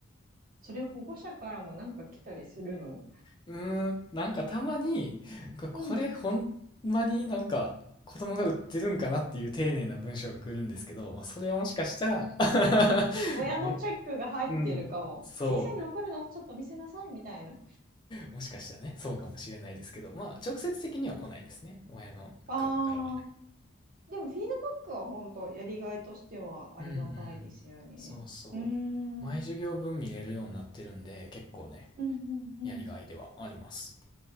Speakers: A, on the right (about 45°); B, on the left (about 20°).
A: それ保護者からもなんか来たりするの
B: うーん、なんかたまに、ここれほんまになんか子供が売ってるんかなっていう丁寧な文章が来るんですけど、
A: うん。
B: まあ、それはもしかしたら <laughs>
A: 親のチェックが入ってるかも。
B: ね、うん、そ
A: 先生に送るのちょっと見せなさいみたいな。
B: う、もしかしたらね、そうかもしれないですけど、まあ直接的には来ないですね。親の方からはね。
A: あでもフィードバックは本当やりがいとしてはありがたいですよね。
B: うんうん。そうそ
A: うーん。
B: う。毎授業分見れるようになってるんで、
A: うん
B: 結構ね、
A: うん
B: やりがいではあります。